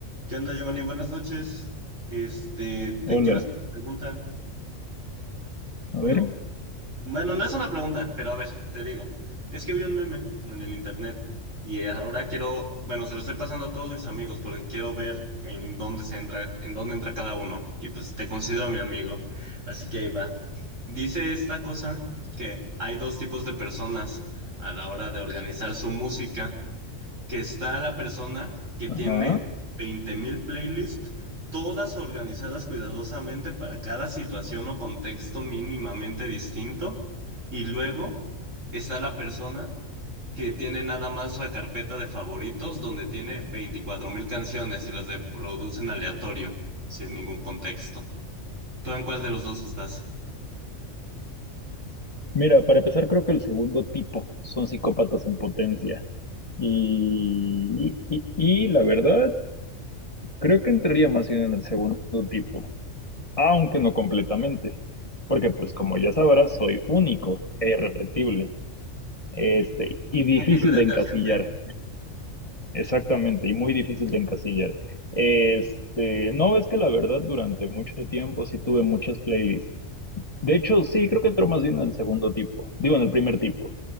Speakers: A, on the right; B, on the left.
A: ¿Qué onda, Giovanni? Buenas noches. Este, te
B: Hola,
A: quiero hacer una pregunta.
B: a
A: Bueno,
B: ver.
A: bueno, no es una pregunta, pero a ver, te digo. Es que vi un meme en el internet y ahora quiero, bueno, se lo estoy pasando a todos mis amigos porque quiero ver en dónde se entra, en dónde entra cada uno. Y pues te considero mi amigo. Así que ahí va. Dice esta cosa que hay dos tipos de personas a la hora de organizar su música que está la persona que tiene
B: Ajá.
A: 20.000 playlists, todas organizadas cuidadosamente para cada situación o contexto mínimamente distinto. Y luego está la persona que tiene nada más la carpeta de favoritos donde tiene 24.000 canciones y las reproducen aleatorio, sin ningún contexto. ¿Tú en cuál de los dos estás?
B: Mira, para empezar, creo que el segundo tipo son psicópatas en potencia. Y, y, y la verdad, creo que entraría más bien en el segundo tipo, aunque no completamente. Porque, pues, como ya sabrás, soy único e irrepetible. Este, y difícil
A: Único y detergente.
B: de encasillar. Exactamente, y muy difícil de encasillar. Este, no, es que la verdad, durante mucho tiempo sí tuve muchas playlists. De hecho, sí, creo que entró más bien en el segundo tipo. Digo, en el primer tipo.